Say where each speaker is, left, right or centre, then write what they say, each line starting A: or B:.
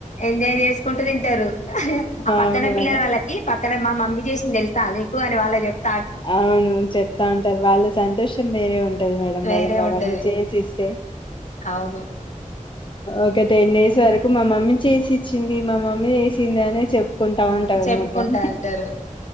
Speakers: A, on the left (about 65°); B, on the left (about 40°).
A: ఎంజాయ్ చేసుకుంటూ తింటారు. ఆ పక్కన
B: అవును
A: పిల్లగాళ్ళకి
B: మేడం
A: పక్ ఇక్కడ మా మమ్మీ చేసింది తెలుసా? మీకు అని వాళ్ళకి చెప్
B: అవును చెప్తా అంటరు వాళ్ళు సం తష్ మ్ దేవ్ లేదు మేడమ్
A: వేరే
B: వాళ్ళకి అవన్నీ
A: ఉంటది
B: చేసిస్తే
A: అవును
B: ఒక టెన్ డేస్ ఇంత వరకు మా మమ్మీ చేసి ఇచ్చింది. మా మమ్మీ చేసిందా అని చెప్ ఉంటామంటారు
A: చెప్పుకుంటా
B: మొత్తం
A: అంటారు